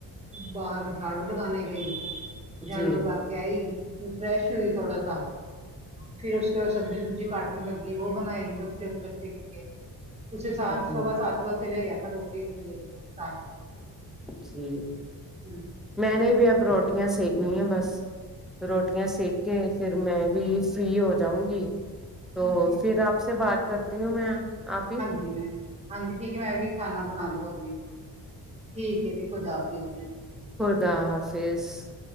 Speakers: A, on the right; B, in the centre.
A: باہر جھاڑو لگانے گئی جھاڑو
B: جی
A: لگا کے ائی یہ فریش ہوئی تھوڑا سا پھر اس کے بعد سبجی ببجی کاٹنے لگ گی وہ بنائی بچ بچے کے لیے اسے سات
B: جی
A: سوا سات بجے چلے گیا تھا روٹی اپنے لے کے سات
B: جی
A: ہمم
B: میں نے بھی اب روٹیاں سیکنی ہیں بس روٹیا سیک کے پھر میں بھی فری ہو جاؤں گی تو
A: جی
B: پھر
A: جی
B: آپ سے بات کرتی ہوں میں آپپی
A: ہوں ہاں جی ٹھیک ہے میں ابھی کھانا بنا لو ابھی ٹھیک ہے جی خدا حافظ جی
B: خدا حافظ